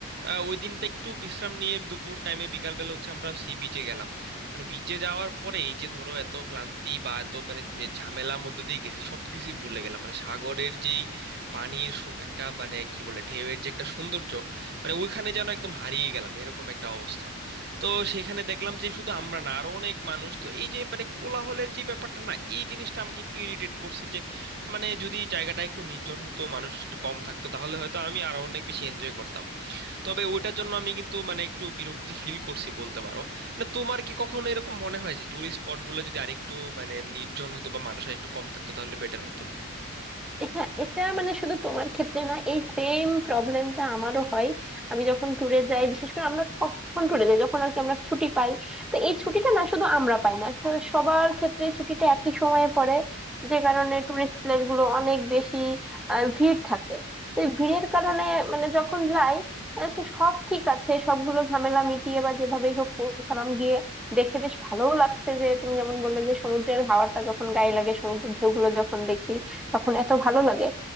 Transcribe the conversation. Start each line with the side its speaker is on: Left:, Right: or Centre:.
Right: আহ, ওই দিনটা একটু বিশ্রাম নিয়ে দুপুর টাইমে বিকাল বেলা হচ্ছে আমরা সি বিচে গেলাম মানে বিচে যাওয়ার পরে এই যে ধরো এত ক্লান্তি বা এত মানে এ ঝামেলার মধ্যে দিয়ে গেছি সবকিছু ভুলে গেলাম মানে সাগরের যেই পানির সু- একটা মানে কি বলে ঢেউয়ের যে একটা সৌন্দর্য মানে ওইখানে যেন একদম হারিয়ে গেলাম এরকম একটা অবস্থা তো সেখানে দেখলাম যে শুধু আমরা না আরো অনেক মানুষ তো এই যে মানে কোলাহলের যে ব্যাপারটা না এই জিনিসটা আমাকে একটু ইরিটেট করছে যে মানে যদি জায়গাটা একটু নির্জন হতো মানুষ একটু কম থাকতো তাহলে হয়তো আমি আরো অনেক বেশি এনজয় করতাম তবে ওইটার জন্য আমি কিন্তু মানে একটু বিরক্তি ফিল করছি বলতে পারো মানে তোমার কি কখনো এরকম মনে হয় যে টুরিস্ট স্পট গুলো যদি আরেকটু মানে নির্জন হতো বা মানুষ আর একটু কম থাকতো তাহলে বেটার হতো
Centre: হ্যাঁ এটা মানে শুধু তোমার ক্ষেত্রে না এই সেম প্রবলেমটা আমারও হয় আমি যখন ট্যুরে যাই বিশেষ করে আমরা কখন ট্যুরে যাই যখন আর কি আমরা ছুটি পাই তো এই ছুটিটা না শুধু আমরা পাই না তো সবার ক্ষেত্রে ছুটিটা একই সময়ে পড়ে যে কারণে টুরিস্ট প্লেস গুলো অনেক বেশি আহ, ভিড় থাকে তো এই ভিড়ের কারণে মানে যখন যাই আহ, তো সব ঠিক আছে সবগুলো ঝামেলা মিটিয়ে বা যেভাবেই হোক পৌঁছালাম গিয়ে দেখে বেশ ভালোও লাগছে যে তুমি যেমন বললে যে সমুদ্রের হাওয়াটা যখন গায়ে লাগে সমুদ্রের ঢেউগুলো যখন দেখি তখন এত ভালো লাগে